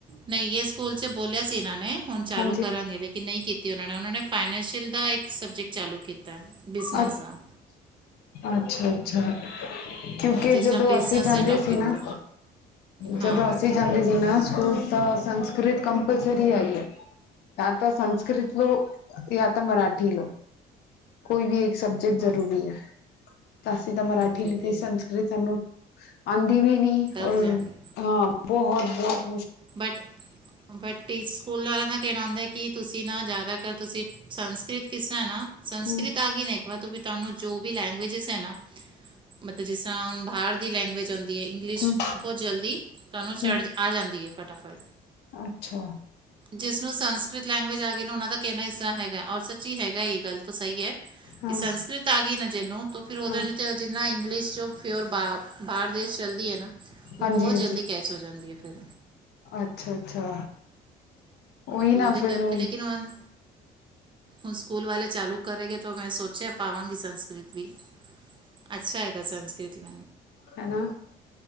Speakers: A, on the right (about 30°); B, on the left (about 75°).
A: ਨਹੀਂ ਇਹ ਸਕੂਲ 'ਚ ਬੋਲਿਆ ਸੀ ਇਹਨਾਂ ਨੇ ਹੁਣ ਚਾਲੂ
B: ਹਾਂਜੀ
A: ਕਰਾਂਗੇ, ਲੇਕਿਨ ਨਹੀਂ ਕੀਤੀ। ਅਤੇ ਉਹਨਾਂ ਨਾਲ਼ ਉਹਨਾਂ ਨੇ। ਫਾਈਨੈਂਸ਼ੀਅਲ ਦਾ ਇੱਕ ਸਬਜੈਕਟ ਚਾਲੂ ਕੀਤਾ, ਬਿਜ਼ਨਸ
B: ਅ
A: ਦਾ।
B: ਅੱਛਾ ਅੱਛਾ। ਕਿਉਂਕਿ
A: ਜਿਸ
B: ਜਦੋਂ
A: ਦਾ ਬਿਜ਼ਨਸ
B: ਅਸੀਂ ਜਾਂਦੇ
A: ਦੇ ਟੌਪਿਕ
B: ਸੀ ਨਾ।
A: ਤੇ ਹਾਂ
B: ਜਦੋਂ ਅਸੀਂ ਜਾਂਦੇ ਸੀ ਨਾ। ਸਕੂਲ ਤਾਂ ਸੰਸਕ੍ਰਤ ਕੰਪਲਸਰੀ ਹੈਗੀ ਹੈ। ਯਾਂ ਤਾਂ ਸੰਸਕ੍ਰਤ ਲੋ ਜਾਂ ਤਾਂ ਮਰਾਠੀ ਲੋ। ਕੋਈ ਵੀ ਸਬਜੈਕਟ ਜ਼ਰੂਰੀ
A: ਹਾਂ
B: ਹੈ। ਤਾਂ ਅਸੀਂ ਤਾਂ ਮਰਾਠੀ
A: ਓਕੇ
B: ਲਿੱਤੀ।
A: ਓਕੇ
B: ਸੰਸਕ੍ਰਿਤ ਸਾਨੂੰ ਅੰਤ ਦੀ ਵੀ ਨ
A: ਟਫ
B: ਔਰ
A: ਜਾਂਦੀ
B: ਹਾਂ ਬਹੁਤ <unintelligible>
A: ਬਟ, ਬਟ ਟੇਸ ਸਕੂਲ ਵਾਲਿਆਂ ਦਾ ਕਹਿਣਾ ਹੁੰਦਾ ਕਿ ਤੁਸੀਂ ਨਾ ਜ਼ਿਆਦਾਤਰ ਤੁਸੀਂ ਸੰਸਕ੍ਰਿਤ ਕਿਸ ਤਰ੍ਹਾਂ ਨਾ ਸੰਸਕ੍ਰਿਤ
B: ਹਮ
A: ਆ ਗਈ ਨਾ ਇੱਕ ਵਾਰ ਤੋਂ ਫਿਰ ਤੁਹਾਨੂੰ ਜੋ ਵੀ ਲੈਂਗੁਏਜਿਸ ਹੈ ਨਾ, ਮਤਲਬ ਜਿਸ ਤਰ੍ਹਾਂ ਹੁਣ ਬਾਹਰ ਦੀ ਲੈਂਗੁਏਜ ਹੁੰਦੀ ਏ। ਇੰਗਲਿਸ਼
B: ਹਮ
A: ਬਹੁਤ ਜਲਦੀ ਤੁਹਾਨੂੰ ਚੜ
B: ਹਮ
A: ਆ ਜਾਂਦੀ ਹੈ। ਟਫੜ
B: ਅੱਛਾ।
A: ਜਿਸ ਨੂੰ ਸੰਸਕ੍ਰਿਤ ਲੈਂਗੁਏਜ ਆ ਗੀ ਨਾ, ਉਹਨਾਂ ਦਾ ਕਹਿਣਾ ਇਸ ਤਰ੍ਹਾਂ ਹੈਗਾ, ਔਰ ਸੱਚੀ ਹੈਗਾ ਇਹ ਗੱਲ ਤਾਂ ਸਹੀ ਹੈ।
B: ਹਾਂ
A: ਕਿ ਸੰਸਕ੍ਰਿਤ ਆ ਗਈ ਨਾ ਜਿਹਨੂੰ ਫਿਰ ਉਹਦੇ
B: ਹਾਂ
A: ਜਿੰਨਾ ਇੰਗਲਿਸ਼ ਜੋ ਫਿ ਬਾਹਰ ਦੇਸ਼ ਚਲਦੀ ਹੈ ਨਾ, ਉਹ
B: ਹਾਂਜੀ
A: ਬਹੁਤ
B: ਹਾਂਜੀ
A: ਜਲਦੀ ਕੈਚ ਹੋ ਜਾਂਦੀ ਹੈ ਫਿਰ
B: ਅੱਛਾ, ਅੱਛਾ। ਉਹੀ
A: ਤੋ
B: ਨਾ
A: ਉਹਦੇ
B: ਫਿਰ
A: ਕਰਕੇ
B: ਹੁਣ
A: ਲੇਕਿਨ ਹੁਨ ਹੁਣ ਸਕੂਲ ਵਾਲੇ ਚਾਲੂ ਕਰੇਗੇ ਤੋ ਮੈਂ ਸੋਚ ਪਾਵਾਂਗੀ ਸੰਸਕ੍ਰਤ ਵੀ। ਅੱਛਾ ਹੈਗਾ ਸੰਸਕ੍ਰਿਤ ਵੀ।
B: ਹਨਾ